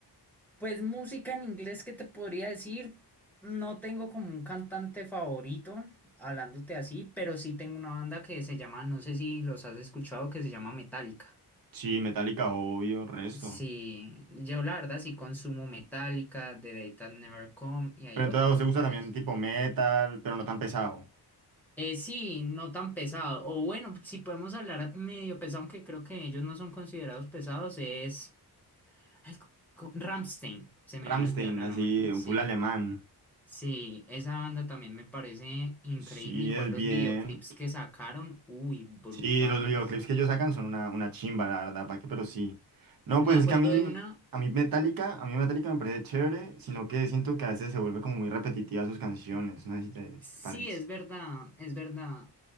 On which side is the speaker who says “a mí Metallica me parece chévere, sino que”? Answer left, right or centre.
Right